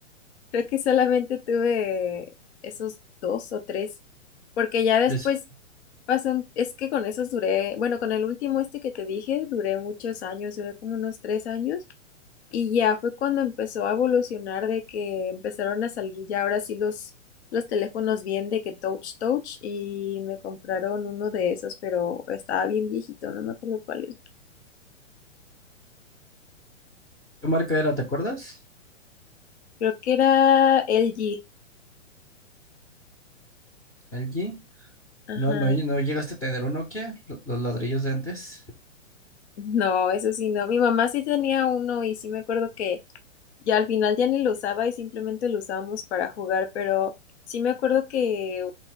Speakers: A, on the left; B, on the left.
A: Creo que solamente tuve esos dos o tres, porque ya después
B: Es,
A: pasó, un- es que con esos duré, bueno, con el último este que te dije, duré muchos años, duré como unos tres años, y ya fue cuando empezó a evolucionar de que empezaron a salir ya ahora sí los, los teléfonos bien de que touch touch, y me compraron uno de esos, pero estaba bien viejito, no me acuerdo cuál es.
B: ¿qué marca era? ¿Te acuerdas?
A: Creo que era LG,
B: ¿LG?
A: ajá.
B: No, no, no llegaste a tener un Nokia, lo- los ladrillos de antes.
A: No, eso sí, no. Mi mamá sí tenía uno y sí me acuerdo que Y al final ya ni lo usaba y simplemente lo usábamos para jugar, pero sí me acuerdo que